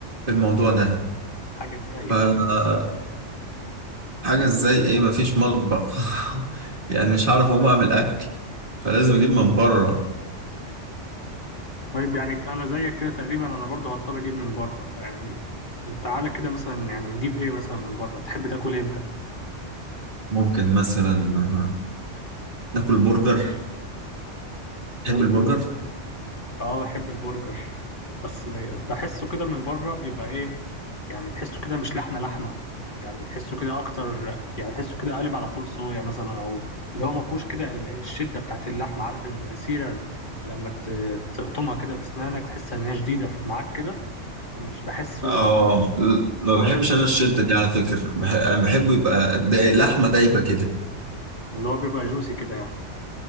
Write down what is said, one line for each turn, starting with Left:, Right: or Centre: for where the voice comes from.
Right: بالموضوع ده
Left: حاجه تضايق
Right: فحاجة ازاي ايه ما فيش مطبخ <laughs> يعني مش هعرف اقوم اعمل اكل فلازم اجيب من بره
Left: طيب يعني انا زيك كده تقريبا انا برضه هضطر اجيب من بره فيعني تعالى كده مثلا يعني نجيب ايه مثلا من بره تحب تاكل ايه انت
Right: ممكن مثلا آه، ناكل برجر
Left: برجر
Right: تحب البرجر
Left: اه بحب البرجر بس ب- بحسه كده من بره بيبقى ايه يعني تحسه كده مش لحمه لحمه يعني تحسه كده اكتر يعني تحسه كده قالب على فول صويا مثلا او اللي هو ما فيهوش كده ال- الشده بتاعت اللحمه عارف النسيره لما ت- تقطمها كده بسنانك تحس ان هي شديده في معاك كده مش بحسه
Right: اه ل- ما
Left: هو
Right: بحبش انا الشده دي على فكره بح... انا بحبه يبقى دا... لحمه دايبه كده
Left: اللي هو بيبقى جوسي كده يعني